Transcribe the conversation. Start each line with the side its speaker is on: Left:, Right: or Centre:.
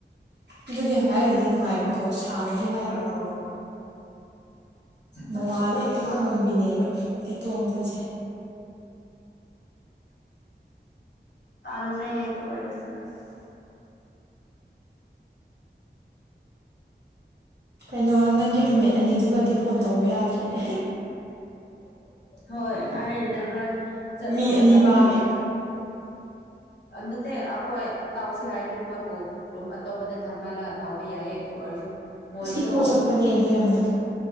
Right: ꯑꯗꯨꯒꯤ ꯍꯥꯏꯔꯨꯔꯗꯤ ꯅꯨꯡꯉꯥꯏꯕ ꯀꯣ ꯁꯥꯕꯒꯤ ꯍꯥꯏꯔꯨꯔꯗꯤ
Left: ꯑꯧ ꯁꯠ
Right: ꯅꯣꯡꯉꯥꯜꯂꯦ
Left: ꯁꯠ ꯁꯠ ꯁꯠ
Right: ꯍꯦꯛꯇ
Left: ꯐꯥꯎꯔꯦ
Right: ꯀꯪꯉꯝꯕꯤꯅꯦꯕ ꯑꯦꯄꯔꫭꯟꯒꯁꯦ
Left: ꯎꯝ ꯇꯜꯂꯦ ꯑꯗꯨ ꯑꯣꯏꯔꯁꯨ ꯑꯁ
Right: ꯀꯩꯅꯣ ꯅꯪꯒꯤ ꯔꯨꯝꯃꯦꯠ ꯑꯅꯤꯗꯨꯒꯗꯤ ꯐꯣꯟ ꯇꯧꯕ ꯌꯥꯗ꯭ꯔꯦꯅꯦ
Left: ꯍꯣꯏ ꯑꯩ ꯅꯍꯥꯟ ꯆꯠꯄ
Right: ꯃꯤ
Left: ꯃꯇꯝꯗꯗꯤ
Right: ꯑꯅꯤ ꯃꯥꯡꯉꯦ
Left: ꯅꯠꯇꯦ ꯑꯩꯈꯣꯏ ꯇꯥꯎꯁꯦ ꯍꯥꯏꯔꯗꯤ ꯃꯣꯏꯕꯨ ꯔꯨꯝ ꯑꯇꯣꯞꯄꯗ ꯊꯝꯍꯜꯂꯒ ꯇꯥꯎꯕ ꯌꯥꯏꯌꯦ ꯑꯗꯨ ꯑꯣꯏꯔꯁꯨ ꯃꯣꯏꯗꯣ
Right: ꯑꯁ ꯏꯀꯣ ꯆꯠꯄꯅꯦ ꯑꯗꯨ ꯌꯥꯝꯅ